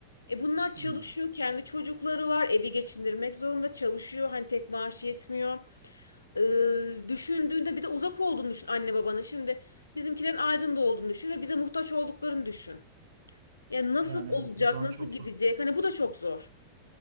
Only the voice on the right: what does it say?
Hmm.
Yani
evet o zaman
çok
zor.